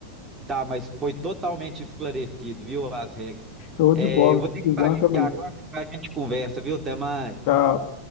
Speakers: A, on the right; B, on the left.
A: tá, mas foi totalmente esclarecido, viu, as regras.
B: Show
A: É,
B: de bola.
A: eu vou ter que
B: Pesquisando
A: sair aqui
B: também.
A: agora, depois a gente conversa, viu? Até mais.
B: Tchau.